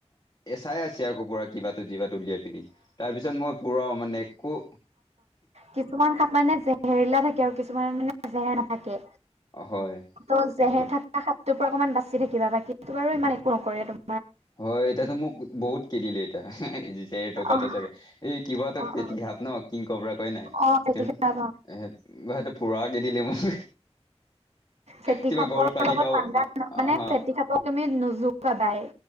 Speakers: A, on the left (about 35°); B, on the right (about 70°).
A: এ চাই আছে আকৌ পুৰা কিবা যিভাটো উলিয়াই পিনি তাৰপিছত মই পুৰা মানে একো
B: কিছুমান সাপ মানে জেহেৰিলা থাকে আৰু কিছুমান মানে জেহেৰ নাথাকে
A: হয়
B: ত জেহেৰ
A: ধৰ
B: থকা সাপটোৰ পৰা অকনমান বাচি থাকিবা বাকী বাৰু ইমান একো নকৰে তোমাৰ
A: হয় এতিয়াতো মোক বহুত কে দিলে এতিয়া দেৰ টকাাতটো
B: অ',
A: চাগে এই কিবা
B: অ',
A: ফেটিসাপ ন কিং কবৰা কৈ নাই
B: অ',
A: সেইটো
B: ফেটি সাপ অ',
A: এ সেটো পুৰা খেদিলে মোক
B: ফেটী
A: কিবা
B: সাপৰ
A: গৰু পানী
B: লগত
A: খোৱা
B: পাঙ্গা মানে
A: আহ
B: ফেটী সাপক তুমি নোযোকাবা